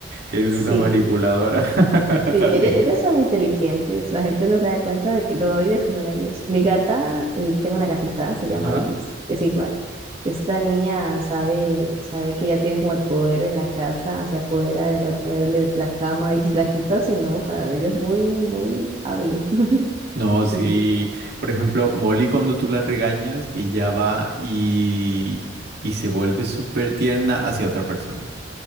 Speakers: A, on the right; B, on the right.
A: Es
B: Sí,
A: una manipuladora
B: <laughs>
A: <laughs>
B: Sí,
A: también.
B: ellos, ellos son inteligentes, la gente no se da cuenta de que lo hábiles que son ellos. Mi gata, eh, tengo una gatita, se llama
A: Ajá.
B: Iris, es igual. Esta niña sabe, sabe que ella tiene como el poder en la casa, se apodera de los muebles, la cama, y si la quita se enoja. Ella es muy, muy hábil. <laughs>
A: No, sí.
B: Sí.
A: Por ejemplo, Molly cuando tú la regañas y ya va y, y se vuelve súper tierna hacia otra persona.